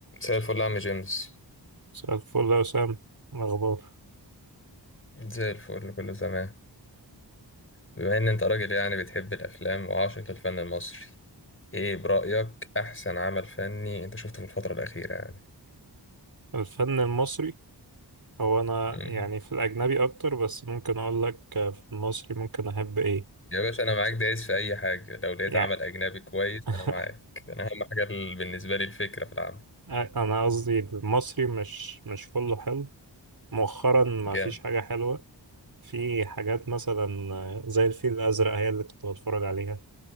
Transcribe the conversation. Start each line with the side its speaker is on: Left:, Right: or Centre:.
Left: زي الفل يا عم جيمس
Right: مساء الفل يا وسام إيه الأخبار
Left: زي الفل كله تمام بما ان انت راجل يعني بتحب الافلام وعاشق للفن المصري ايه برأيك احسن عمل فني انت شفته في الفترة الأخيرة يعني
Right: الفن المصري هو أنا
Left: مم.
Right: يعني في الأجنبي أكتر بس ممكن أقول لك آه، في المصري ممكن أحب إيه
Left: يا باشا انا معاك دايس في اي حاجة لو لقيت
Right: يعني
Left: عمل اجنبي كويس
Right: <laughs>
Left: انا معاك انا اهم حاجة ال- بالنسبة لي الفكرة في العمل
Right: أنا قصدي المصري مش مش كله حلو مؤخرا ما
Left: جامد
Right: فيش حاجة حلوة في حاجات مثلا آه، زي الفيل الأزرق هي اللي كنت بتفرج عليها